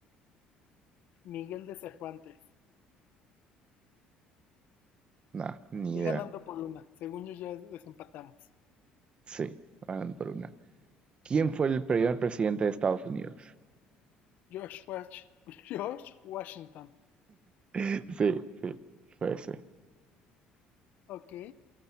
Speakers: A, on the left (about 60°); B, on the right (about 35°).
A: Miguel de Cervantes.
B: nada, ni
A: Estoy
B: idea.
A: ganando por una, según yo ya desempatamos.
B: Sí, van por una. ¿Quién fue el primer presidente de Estados Unidos?
A: George, Wash- <laughs> George Washington.
B: <laughs> Sí, sí, fue ese.
A: Ok,